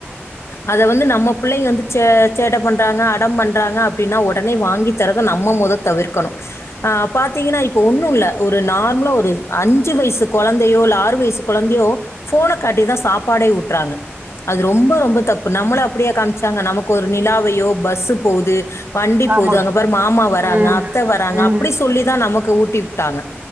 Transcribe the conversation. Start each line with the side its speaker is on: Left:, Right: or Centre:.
Left: அத வந்து நம்ம பிள்ளைங்க வந்து ச சேட்ட பண்றாங்க அடம் பண்றாங்க அப்டின்னா ஒடனே வாங்கி தரது நம்ம மொத தவிர்க்கணு ஆ பாத்தீங்கன்னா இப்ப ஒன்னு இல்ல ஒரு நார்மலா ஒரு அஞ்சு வயசு கொழந்தையோ இல்ல ஆறு வயசுக்குக் கொழந்தையோ ஃபோன காட்டி தா சாப்பாடே ஊட்றாங்க அது ரொம்ப ரொம்ப தப்பு நம்மள அப்படியா காமிச்சாங்க நமக்கு ஒரு நிலாவையோ பஸ்ஸு போது வண்டி போது
Right: ஆமா
Left: அங்க பாரு மாமா வராங்க
Right: ம்
Left: அத்த வராங்க
Right: ம்
Left: அப்படி சொல்லிதா நமக்கு ஊட்டி விட்டாங்க